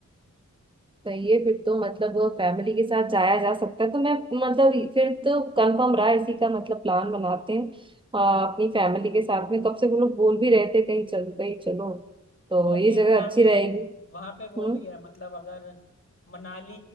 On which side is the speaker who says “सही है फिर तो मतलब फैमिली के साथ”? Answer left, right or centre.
Right